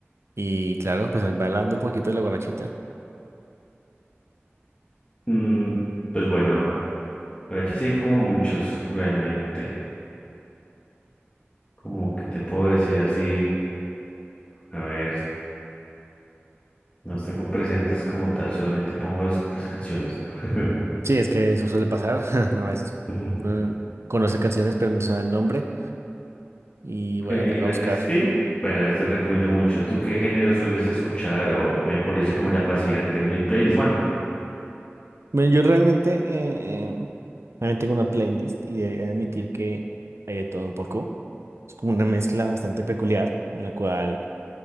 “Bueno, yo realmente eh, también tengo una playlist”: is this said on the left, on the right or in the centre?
Right